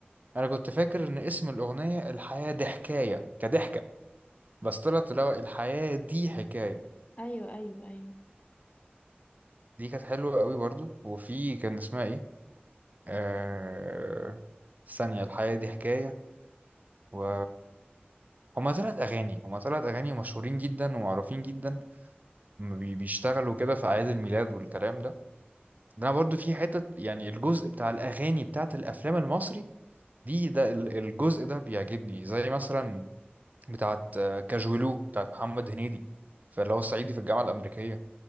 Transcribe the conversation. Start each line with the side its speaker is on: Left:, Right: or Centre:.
Right: انا كنت فاكر ان اسم الاغنية الحياة دي حكاية كضحكة بس طلعت اللي هو الحياة دي حكاية
Left: ايوه ايوه ايوه
Right: دي كانت حلوة قوي برضو وفي كان اسمها ايه آه... ثانية الحياة دي حكاية و هما تلات أغاني هما تلات أغاني مشهورين جدا ومعروفين جدا هما بي- بيشتغلوا كده في أعياد الميلاد والكلام ده ده أنا برضو في حتة يعني الجزء بتاع الأغاني بتاعت الأفلام المصري دي ده ال- الجزء ده بيعجبني زي مثلا بتاعت آه، كاجولو بتاعت محمد هنيدي فاللي هو صعيدي في الجامعة الأمريكية